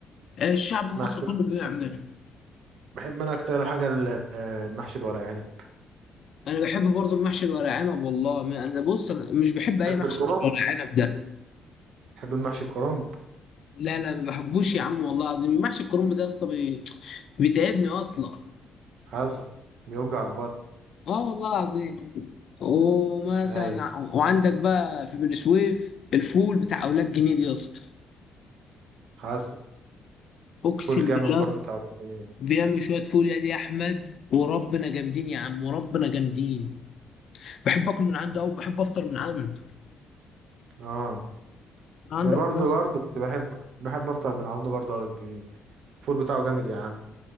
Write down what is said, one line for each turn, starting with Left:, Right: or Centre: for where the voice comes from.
Left: الشعب المصري
Right: محشي
Left: كله بيعمله
Right: بحب انا اكتر حاجه ال- المحشي الورق عنب
Left: انا بحب برضو المحشي الورق عنب والله ما انا بص انا مش بحب اي
Right: بحب
Left: محشي
Right: الكرنب
Left: غير الورق عنب ده
Right: بحب المحشي الكرنب
Left: لا لا ما بحبوش يا عم والله العظيم محشي الكرنب ده يا اسطى بي- بيتعبني اصلا
Right: حصل بيوجع البطن
Left: اه والله العظيم ومثلا
Right: ايوه
Left: ع- وعندك بقى في بني سويف الفول بتاع اولاد جنيد يا اسطى
Right: حصل
Left: اقسم
Right: فول جامد
Left: بالله
Right: برضو
Left: يا اسطى
Right: بتاع ولاد جنين
Left: بيعمل شويه فول يا دي يا احمد وربنا جامدين يا عم وربنا جامدين بحب اكل من عنده او بحب افطر من عنده
Right: اه
Left: عندك
Right: ما برضو
Left: مثلا
Right: برضو كنت بحب بحب افطر من عنده برضو ولاد جنين الفول بتاعه جامد يا عم